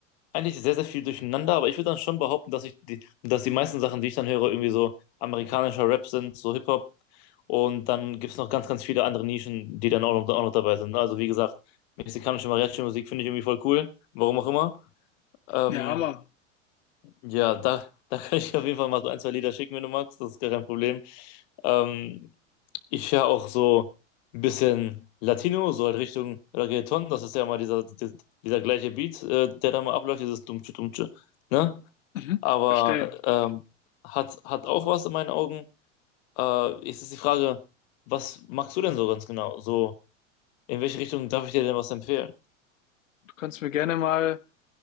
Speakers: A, on the left (about 55°); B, on the left (about 80°).
A: eigentlich sehr, sehr viel durcheinander, aber ich würde dann schon behaupten, dass ich die, dass die meisten Sachen, die ich dann höre, irgendwie so amerikanischer Rap sind, so Hip-Hop. Und dann gibt es noch ganz, ganz viele andere Nischen, die dann auch noch, auch noch dabei sind. ne? Also wie gesagt, mexikanische Mariachi-Musik finde ich irgendwie voll cool, warum auch immer. Ähm,
B: Ja, Hammer.
A: ja, da, da kann ich auf jeden Fall mal so ein, zwei Lieder schicken, wenn du magst, das ist gar kein Problem. Ähm, ich höre auch so ein bisschen Latino, so halt Richtung Reggaeton, das ist ja mal dieser, dieser, dieser gleiche Beat, äh, der da mal abläuft, dieses Dumtsche, Dumtsche, ne?
B: Mhm.
A: aber
B: Verstehe.
A: ähm, hat, hat auch was in meinen Augen. Äh, jetzt ist die Frage, was machst du denn so ganz genau? So, in welche Richtung darf ich dir denn was empfehlen?
B: Du kannst mir gerne mal